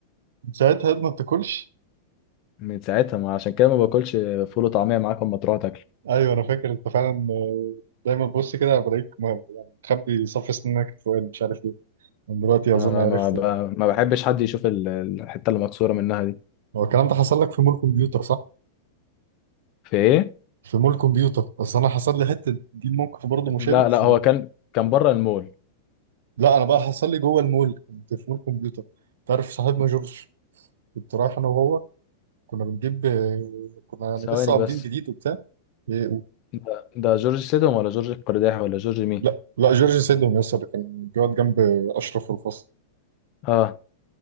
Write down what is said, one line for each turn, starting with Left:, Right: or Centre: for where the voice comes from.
Right: ساعتها الواد ما بتاكلش
Left: من ساعتها ما عشان كده ما باكلش فول وطعميه معاك اما تروح تاكل
Right: ايوه انا فاكر انت فعلا آه، دايما بص كده بلاقيك م- يعني مخبي صف سنانك الفوقاني مش عارف ليه من دلوقتي
Left: ما
Right: اظن عرفت
Left: ما ب-
Right: يعني
Left: ما بحبش حد يشوف ال- الحته اللي مكسوره منها دي
Right: هو الكلام ده حصل لك في مول كمبيوتر صح؟
Left: في ايه
Right: في مول كمبيوتر اصل انا حصل لي حته دي موقف برضه مشابه
Left: لا
Right: في...
Left: لا هو كان كان بره المول
Right: لا انا بقى حصل لي جوه المول كنت في مول كمبيوتر تعرف صاحبنا جورج كنت رايح انا وهو كنا بنجيب آه، كنا يعني
Left: ثواني
Right: لسه قابضين
Left: بس
Right: جديد وبتاع إيه، و-
Left: ده, ده جورج سيدهم ولا جورج القرداحي ولا جورج مين
Right: لا لا جورج سيدهم يسر كان بيقعد جنب اشرف في الفصل
Left: اه